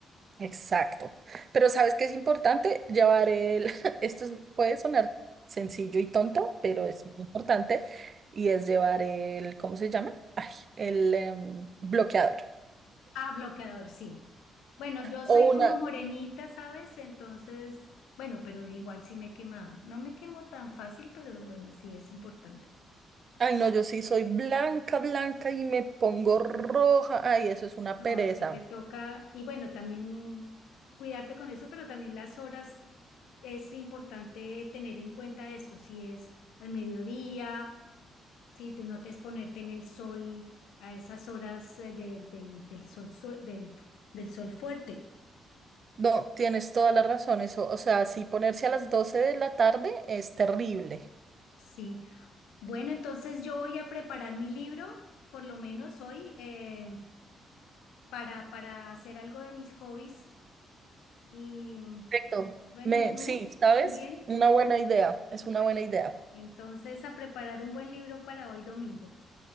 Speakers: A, on the right; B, on the left.
A: Exacto. Pero ¿sabes qué es importante? Llevar el... <laughs> Esto es- puede sonar sencillo y tonto, pero es muy importante. Y es llevar el... ¿Cómo se llama? Ay, el em, bloqueador.
B: Ah, bloqueador, sí. Bueno, yo
A: O
B: soy como
A: una...
B: morenita, ¿sabes? Entonces, bueno, pero igual sí me he quemado. No me quemo tan fácil, pero bueno, sí es importante.
A: Ay, no, yo sí soy blanca, blanca y me pongo roja. Ay, eso es una
B: No,
A: pereza.
B: sí te toca. Y bueno, también cuidarte con eso, pero también las horas es importante tener en cuenta eso. Si es al mediodía. Sí, te notes ponerte en el sol a esas horas eh, del, del, del sol, su- del, del sol fuerte.
A: No, tienes toda la razón, eso, o sea, si ponerse a las 12 de la tarde es terrible.
B: Sí. Bueno, entonces yo voy a preparar mi libro, por lo menos hoy, eh, para, para hacer algo de mis hobbies. Y
A: Perfecto.
B: bueno,
A: Me,
B: ¿y tú
A: sí, ¿sabes?
B: también?
A: Una buena idea, es
B: Bueno,
A: una buena idea.
B: entonces a preparar un buen libro para hoy domingo.